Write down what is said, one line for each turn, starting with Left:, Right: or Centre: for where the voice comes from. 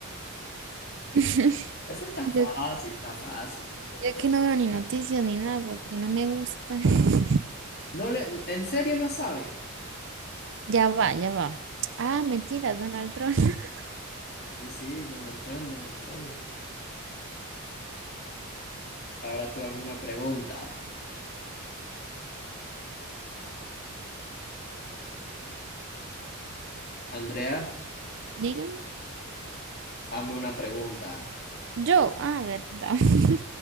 Right: <laughs>
Left: Eso está
Right: Yo,
Left: fácil, está fácil.
Right: yo que no veo ni noticias ni nada porque no me gustan. <laughs>
Left: No le, ¿en serio no sabe?
Right: Ya va, ya va. Ah, mentira, Donald Trump. <laughs>
Left: Sí, sí, Donald Trump, Donald Trump. Ahora tú hazme una pregunta. Andrea,
Right: Dígame.
Left: hazme una pregunta.
Right: Yo, ah, verdad. <laughs>